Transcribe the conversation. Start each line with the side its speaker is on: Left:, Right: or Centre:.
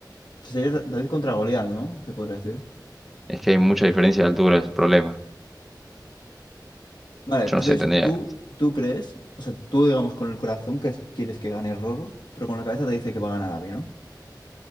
Left: Sería David contra Goliat, ¿no? Se podría decir.
Centre: Es que hay mucha diferencia de altura, es el problema.
Left: Vale, entonces
Centre: Yo no sé, tendría.
Left: tú, tú crees, o sea, tú digamos con el corazón que es- quieres que gane Roro, pero con la cabeza te dice que va a ganar Abby, ¿no?